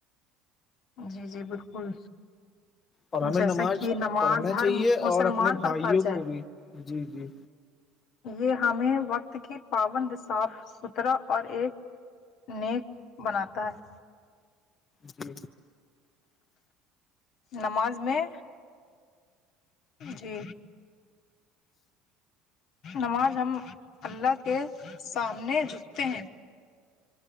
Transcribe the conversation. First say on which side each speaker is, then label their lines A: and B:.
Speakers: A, on the left (about 60°); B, on the left (about 30°).
A: جی جی بالکل
B: اور ہمیں
A: جیسا
B: نماز
A: کہ نماز
B: پڑھنا
A: ہر
B: چاہیے
A: مسلمان
B: اور اپنے بھائیوں
A: پر فرض ہے
B: کو بھی جی جی
A: یہ ہمیں وقت کی پابند صاف ستھرا اور ایک نیک بناتا ہے
B: جی
A: نماز میں جی نماز ہم اللہ کے سامنے جکتے ہیں